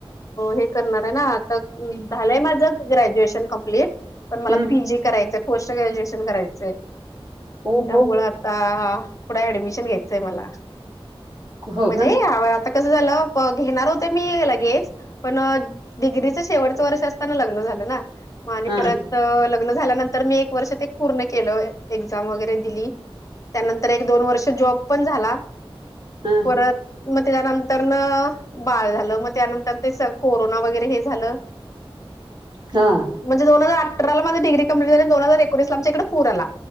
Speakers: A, on the left (about 35°); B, on the right (about 50°).
A: हे करणार आहे ना आता झालंय माझं ग्रॅज्युएशन कम्प्लीट पण मला
B: हम्म
A: पी जी करायचंय पोस्ट ग्रॅज्युएशन करायचंय त्यामु
B: ओ हो
A: आता पुढे ऍडमिशन घ्यायचंय मला
B: हो
A: म्हणजे
B: का
A: आ आता कसं झालं घेणार होत मी लगेच पण डिग्रीच शेवटचं वर्ष असताना लग्न झालं ना मग आणि
B: हा
A: परत तर लग्न झाल्यानंतर मी एक वर्ष ते पूर्ण केलं एक्झाम वगैरे दिली त्यानंतर एक दोन वर्ष जॉब पण झाला
B: हा
A: परत मगनर तर न बाळ झालं मग त्यानंतर ते कोरोना वगैरे हे झालं
B: का
A: म्हणज दोन हजारठरालाझ डग्री कंप्लीट झाली दो हजार एकोसला आच्या इकडे पू आला